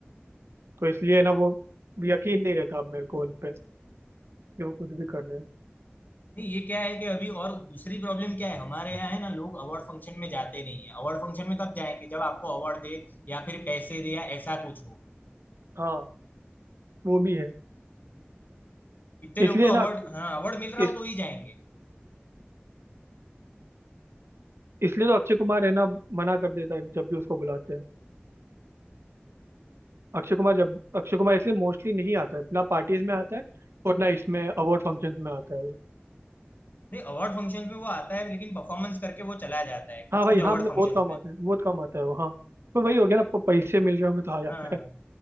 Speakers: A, on the right (about 85°); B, on the left (about 45°).
A: तो इसलिए ना वो यकीन नहीं रहता अब मेरे को उन पे कि वो कुछ भी कर रहे हैं
B: नहीं ये क्या है कि अभी और दूसरी प्रॉब्लम क्या है हमारे यहाँ है ना लोग अवार्ड फंक्शन में जाते नहीं है अवार्ड फंक्शन में कब जाएंगे जब आपको अवार्ड दे या फिर पैसे दे या ऐसा कुछ हो
A: हाँ वो भी है
B: इतने
A: इसलिए
B: लोग तो अवार्ड
A: ना
B: हाँ अवार्ड मिल रहा
A: इस
B: हो तो ही जाएंगे
A: इसलिए तो अक्षय कुमार है ना मना कर देता है जब भी उसको बुलाते हैं अक्षय कुमार जब अक्षय कुमार इसलिए मोस्टली नहीं आता है ना पार्टीज में आता है और ना इसमें अवार्ड फंक्शंस में आता है वो
B: नहीं अवार्ड फंक्शन में वो आता है लेकिन परफॉर्मेंस करके वो चला जाता है कुछ
A: हाँ भाई
B: कुछ अवार्ड
A: हाँ मतलब
B: फंक्शन
A: बहुत कम
B: में
A: आता है बहुत कम आता है वो हाँ पर वही हो गया ना प- पैसे मिल रहे होंगे तो आ जाता
B: हाँ
A: है